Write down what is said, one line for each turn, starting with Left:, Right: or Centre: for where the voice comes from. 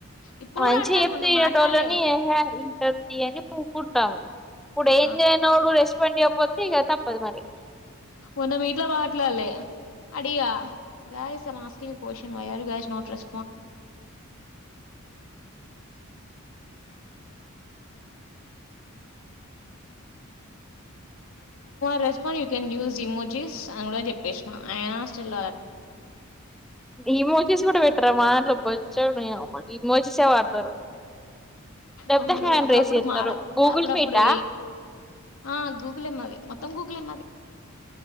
Left: ఇప్పుడు
Centre: మంచిగా
Left: కూడా అంటాం
Centre: చెప్త్యా
Left: మొన్న మాట్లాడలే
Centre: ఎనెటోలన్ ఏహే ఇంటర్ అని ఊకుంటాం ఇప్పుడు
Left: ఆ
Centre: ఏంనడు రెస్పాండ్ అయపోతు ఇగ తప్పదు మరి
Left: ఉన్న మీీట్ల బట్లాాలే అడిగా గా మాస్కింగ్ కోన్ వగా న ర యూ కెన్ యూస్్ ఇమోజెస్ అని కూడా చెప్పేసినాం ఆయన స్టిల్
Centre: ఈమోజీస్ కూడా పెట్టరా మాంట్లు బొచ్చాన్నా ఇమోజీసే వాడతారు లేకపోతే
Left: కొందరు
Centre: హ్యాండ్
Left: అప్పుడప్పుడు
Centre: రేస్ చేస్తారు
Left: మాడ
Centre: గూగుల్
Left: అప్పుడప్పుడు
Centre: మీటా
Left: ఆ గూగుల్ ఏమది మొత్తం గూగుల్ ఏమది